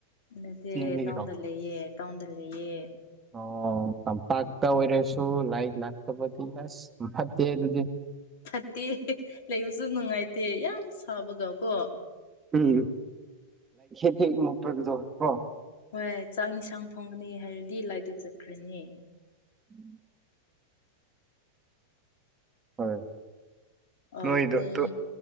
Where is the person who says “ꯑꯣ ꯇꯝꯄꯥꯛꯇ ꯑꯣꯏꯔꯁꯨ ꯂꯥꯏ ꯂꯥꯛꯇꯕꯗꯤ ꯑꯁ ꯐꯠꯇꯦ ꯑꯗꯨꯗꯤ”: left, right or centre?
Right